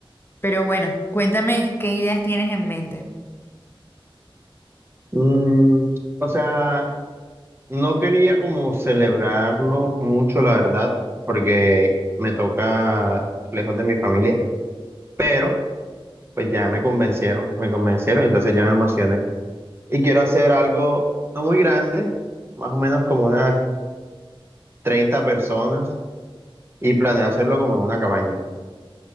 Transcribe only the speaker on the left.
Pero bueno, cuéntame qué ideas tienes en mente.